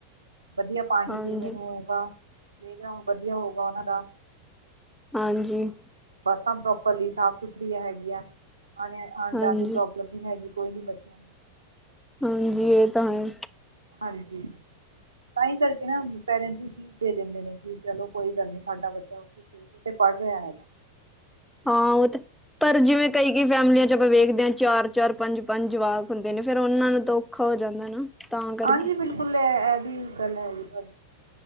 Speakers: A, on the right; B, in the centre.
A: ਵਧੀਆ ਪਾਣੀ
B: ਹਾਂਜੀ
A: ਪੀਣੇ ਨੂੰ ਹੋਊਗਾ। ਬੈਕਗਰਾਊਂਡ ਵਧੀਆ ਹੋਊਗਾ ਉਹਨਾਂ ਦਾ।
B: ਹਾਂਜੀ।
A: ਬੱਸਾਂ ਪ੍ਰੋਪਰਲੀ ਸਾਫ਼ ਸੁਥਰੀਆਂ ਹੈਗੀਆਂ ਆ। ਆਉਣ
B: ਹਾਂਜੀ
A: ਜਾਣ ਦੀ ਪ੍ਰੋ ਮਤਲਬੀ ਹੈਗੀ ਕੋਈ ਨੀ ਬੱਚਿਆਂ ਨੂੰ
B: ਹਾਂਜੀ, ਇਹ ਤਾਂ ਹੈ।
A: ਹਾਂਜੀ। ਤਾਂ ਹੀ ਕਰਕੇ ਨਾ ਪੇਰੈਂਟਸ ਵੀ ਫੀਸ ਦੇ ਦਿੰਦੇ ਨੇ, ਕਿ ਚਲੋ ਕੋਈ ਗੱਲ ਨੀ ਸਾਡਾ ਬੱਚਾ ਉੱਥੇ ਤੇ ਪੜ੍ਹ ਰਿਹਾ ਹੈਗਾ।
B: ਹਾਂ ਉਹ ਤਾਂ ਪਰ ਜਿਵੇਂ ਕਈ-ਕਈ ਫੈਮਲੀਆਂ 'ਚ ਆਪਾਂ ਵੇਖਦੇ ਹਾਂ ਚਾਰ, ਚਾਰ ਪੰਜ ਪੰਜ ਜਵਾਕ ਹੁੰਦੇ ਨੇ ਫੇਿਰ ਉਹਨਾਂ ਨੂੰ ਤੋਂ ਔਖਾ ਹੋ ਜਾਂਦਾ ਨਾ। ਤਾਂ ਕਰਕੇ
A: ਹਾਂਜੀ ਬਿਲਕੁਲ ਇਹ, ਇਹ ਵੀ ਗੱਲ ਹੈ ਜੀ ਤੁਹਾਡੀ।